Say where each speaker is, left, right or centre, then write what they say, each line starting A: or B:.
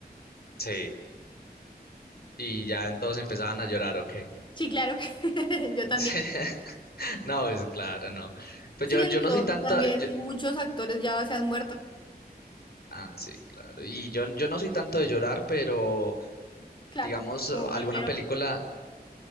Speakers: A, on the left; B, on the left.
A: Sí, y ya entonces empezaban a llorar, ¿o qué?
B: Sí, claro, <laughs> yo
A: <laughs>
B: también.
A: Sí. No, es claro, no. Pues
B: Sí,
A: yo, yo no
B: lo-
A: soy tanto...
B: y también
A: yo-
B: muchos actores ya se han muerto,
A: Ah, sí, claro. Y yo, yo no soy tanto de llorar, pero
B: claro,
A: digamos,
B: como
A: alguna
B: cualquier
A: película,
B: hombre.